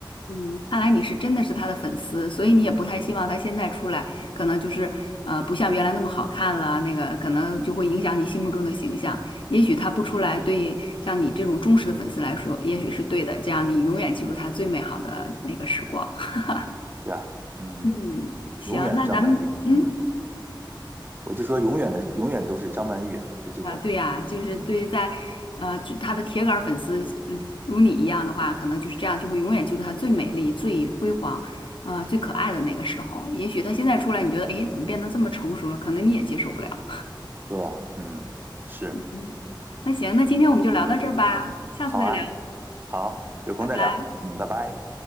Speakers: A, on the left; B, on the right.
A: 嗯，看来你是真的是他的粉丝，所以你也不太希望他现在出来，
B: 嗯，
A: 可能就是呃不像原来那么好看了，那个可能就会影响你心目中的形象。也许他不出来，对像你这种忠实的粉丝来说，也许是对的，这样你永远记住他最美好的那个时光。<laughs>
B: 是吧？嗯，
A: 嗯，行，
B: 永远的张曼玉。
A: 那咱们嗯。
B: 嗯，我就说永远的，永远都是张曼玉啊，就这种，
A: 啊，对呀，就是对于在，
B: 嗯。
A: 呃，就他的铁杆儿粉丝嗯如你一样的话，可能就是这样，就会永远记住他最美丽、最辉煌，呃，最可爱的那个时候。也许他现在出来，你觉得，哎，怎么变得这么成熟了？可能你也接受不了。
B: 对呀，嗯，是，
A: 嗯那行，那今天我们就聊到这儿吧，下次再聊，
B: 好啊，好，有空再聊，
A: 拜拜。
B: 嗯，拜拜。